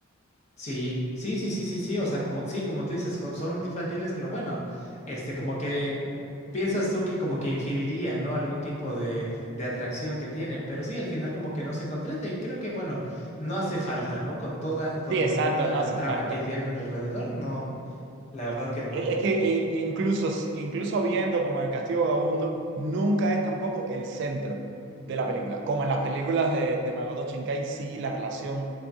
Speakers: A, on the left; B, on the right.
A: Sí, sí, sí, sí, sí, sí, o sea, como, sí, como tú dices, jo- son infantiles, pero bueno, este, como que piensas tú que como que inferirían, ¿no? Algún tipo de, de atracción que tienen, pero sí, al final como que no se concreta y creo que, bueno, no hace falta, ¿no? Con toda, con
B: Sí, exacto,
A: toda
B: no
A: la
B: hace
A: trama
B: falta.
A: que llenan alrededor, no, la verdad que no.
B: Eh, Es que eh, incluso, incluso viendo como en el Castillo Vagabundo, nunca es tampoco el centro de la película. Como en las películas de, de Makoto Shinkai, sí, la relación